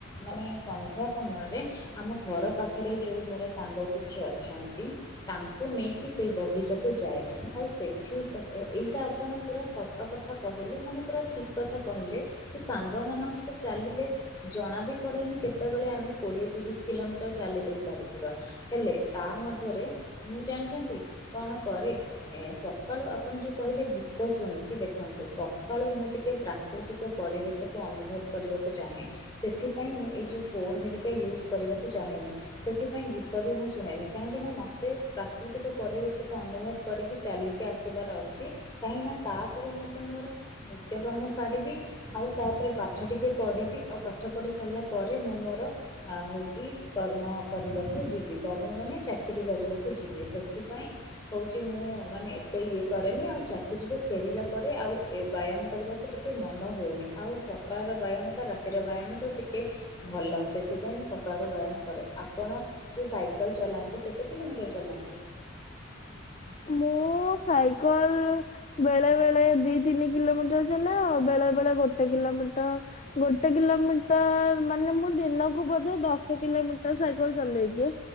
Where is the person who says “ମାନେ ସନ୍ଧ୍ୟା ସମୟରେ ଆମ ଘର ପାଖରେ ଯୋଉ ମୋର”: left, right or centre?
Left